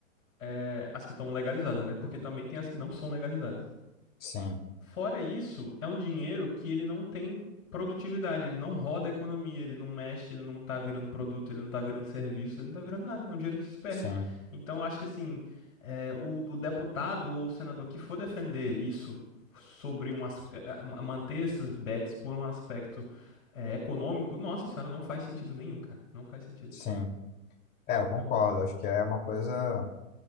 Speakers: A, on the left (about 70°); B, on the left (about 20°).
A: É, as que estão legalizadas, né? Porque também tem as que não são legalizadas.
B: Sim,
A: Fora isso, é um dinheiro que ele não tem produtividade, ele não roda a economia, ele não mexe, ele não tá virando produto, ele não tá virando serviço, ele não tá virando nada. É um dinheiro que se perde.
B: sim.
A: Então, eu acho que assim, é, o, o deputado ou o senador que for defender isso sobre um as- é, é, ma- manter essas bets por um aspecto é, econômico, nossa senhora, não faz sentido nenhum, cara. Não faz sentido.
B: Sim, é, eu concordo.
A: Eu...
B: Acho que é uma coisa.